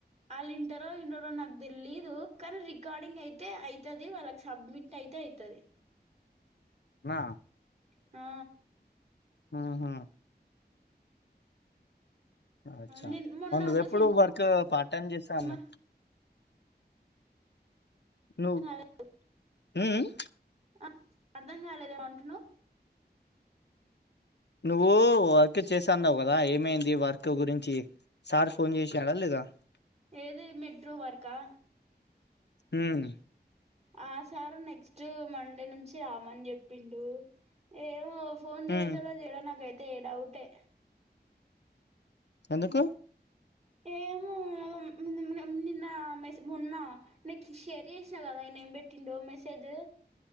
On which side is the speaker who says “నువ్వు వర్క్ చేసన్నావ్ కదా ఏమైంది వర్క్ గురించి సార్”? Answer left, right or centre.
Left